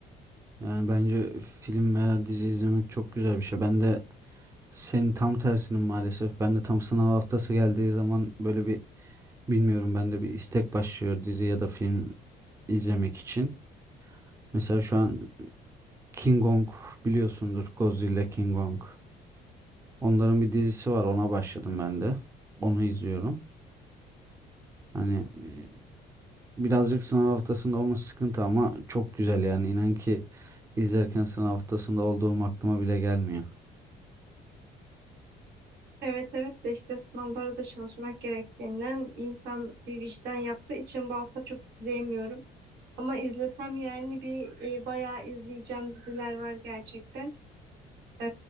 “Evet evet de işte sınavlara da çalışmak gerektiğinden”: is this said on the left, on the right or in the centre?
Right